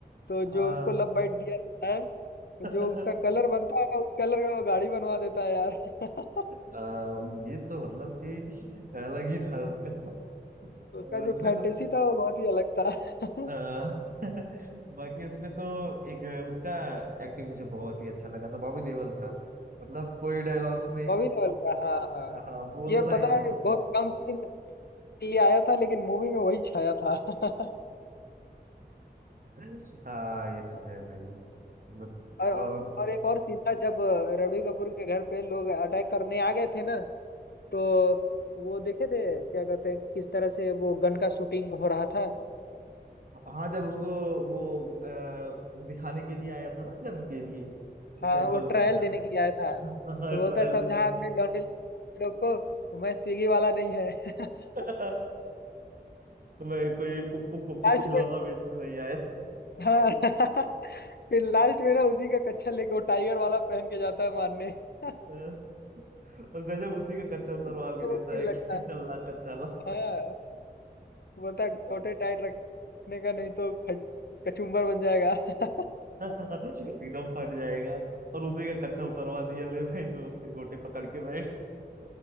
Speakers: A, on the left; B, on the right.
A: तो
B: हाँ
A: जो उसको लव बाइट दिया जाता है
B: <laughs>
A: जो उसका कलर बनता है ना उस कलर का वो गाड़ी बनवा देता है यार <laughs>
B: आ, ये तो मतलब कि अलग ही था उसका अ,
A: उसका
B: उसमें
A: जो फैंटेसी
B: तो
A: था वो बहुत ही अलग था <laughs>
B: आ, <laughs> बाकी उसमें तो एक उसका एक्टिंग मुझे बहुत ही अच्छा लगा था बॉबी देओल का मतलब कोई डायलॉग्स नहीं
A: बॉबी देओल का हाँ हाँ
B: हाँ बोलना
A: ये पता
B: ही नहीं
A: है बहुत कम सीन के लिए आया था लेकिन मूवी में वही छाया था <laughs>
B: <laughs> हाँ ये तो है भाई मतलब
A: और
B: और
A: और एक और सीन था जब रणबीर कपूर के घर पे लोग अटैक करने आ गए थे ना तो वो देखे थे क्या कहते हैं किस तरह से वो गन का शूटिंग हो रहा था
B: हाँ जब उसको वो अ, दिखाने के लिए आया था ना गन के लिए
A: हाँ
B: सैंपल
A: वो ट्रायल
B: में <laughs>
A: देने के लिए आया था तो बोलता
B: ट्रायल
A: है समझा
B: में
A: अपने लौंडे लोग को मैं स्विगी वाला नहीं है <laughs>
B: <laughs> मैं कोई पुक पुक पुक पुक
A: लास्ट
B: खिलौना
A: में
B: बेचने नहीं
A: हाँ <laughs> फिर लास्ट में ना उसी का कच्छा लेके वो टाइगर वाला पहन के जाता है मारने <laughs>
B: आया और गजब उसी का कच्चा उतरवा
A: कितना
B: भी देता
A: मुश्किल
B: है कि
A: लगता है
B: चल रहा कच्चा ला
A: हाँ बोलता है गोटे
B: <laughs>
A: टाइट रखने का नहीं तो खच- कचुम्बर बन जाएगा <laughs>
B: एकदम फट जाएगा और उसी का कच्चा उतरवा दिया ले भाई तू अपने गोटे पकड़ के बैठ